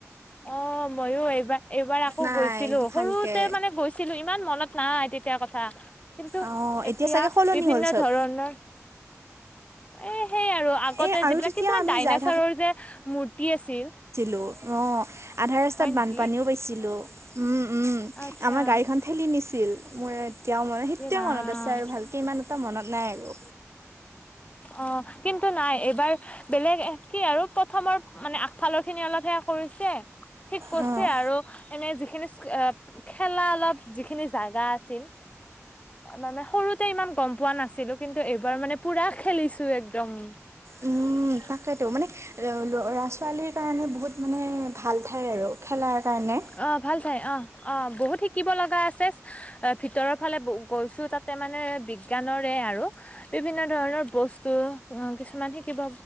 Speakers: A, on the left; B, on the right.
A: অ মইয়ো এইবাৰ এইবাৰ আকৌ
B: নাই
A: গৈছিলো
B: ভালকে।
A: সৰুতে মানে গৈছিলো ইমান মনত নাই তেতিয়া কথা। কিন্তু
B: অ',
A: এতিয়া
B: চাগে সলনি
A: বিভিন্ন
B: হ'ল চব।
A: ধৰণৰ এ সেই আৰু আগতে
B: এ আৰু
A: যিবিলাক
B: তেতিয়া
A: কিছুমান
B: আমি
A: ডাইনাছৰৰ
B: যাই
A: যে মূৰ্তি আছিল।
B: লো অ', আধা ৰাস্তাত
A: হয়
B: বানপানীও
A: নেকি
B: পাইছিলোঁ, উম, উম।
A: আচ্ছা
B: আমাৰ গাড়ীখন ঠেলি নিছিল মোৰ এতিয়াও মনত সেতেও
A: এ ৰাম
B: মনত আছে আৰু ভালকে ইমান। এটা মনত নাই আৰু।
A: অ', কিন্তু নাই এইবাৰ। বেলেগ কি আৰু প্ৰথমৰ মানে আগফালৰ খিনি অলপ সেয়া কৰিছে। ঠিক পছে
B: অ'
A: আৰু এনে যিখিনি খেলা অলপ যিখিনি জাগা আছিল। মানে সৰুতে ইমান গ'ম পোৱা নাছিলো কিন্তু এইবাৰ মানে পুৰা খেলিছো একদম। <inaudible>
B: উম তাকেতো মানে ল'ৰা ছোৱালীৰ কাৰণে বহুত মানে ভাল ঠাই আৰু খেলাৰ কাৰণে।
A: অ', ভাল ঠাই অ', অ', বহুত শিকিব লগা আছে, ভিতৰৰ ফালে গৈছোঁ তাত মানে বিজ্ঞানৰে আৰু। বিভিন্ন ধৰণৰ বস্তু কিছুমান শিকিব